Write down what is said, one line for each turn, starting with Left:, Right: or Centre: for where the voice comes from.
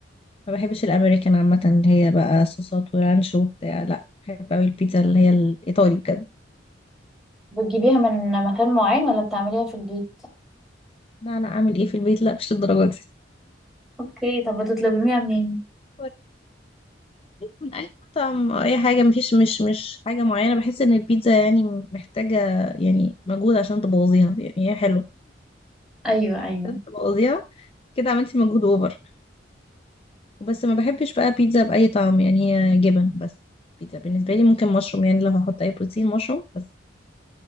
Left: ما بحبش الأمريكان عامة اللي هي بقى صوصات ورانش وبتاع لا بحب أوي البيتزا اللي هي الإيطالي بجد
Centre: بتجيبيها من مكان معين ولا بتعمليها في البيت
Left: لا أنا أعمل إيه في البيت لا مش الدرجة دي
Centre: اوكي طب بتطلبيها منين
Left: ورد من أي مطعم أو أي حاجة مفيش مش مش حاجة معينة بحس إن البيتزا يعني محتاجة يعني مجهود عشان تبوظيها يعني هي حلوة
Centre: ايوه ايوه
Left: عشان تبوظيها كده عملتي مجهود أوفر وبس ما بحبش بقى بيتزا بأي طعم يعني هي جبن بس بيتزا بالنسبة لي ممكن مشروم يعني لو هحط أي بروتين مشروم بس